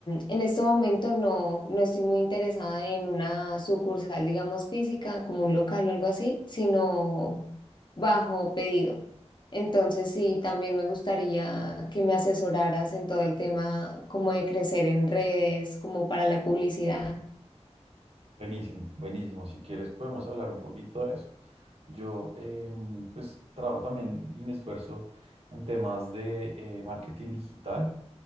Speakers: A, on the left; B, on the right.
A: en este momento no, no estoy muy interesada en una sucursal, digamos, física, como un local o algo así, sino bajo pedido. Entonces, sí, también me gustaría que me asesoraras en todo el tema como de crecer en redes, como para la publicidad.
B: Buenísimo, buenísimo. Si quieres, podemos hablar un poquito de eso. Yo, eh, pues, trabajo también y me esfuerzo en temas de eh, marketing digital.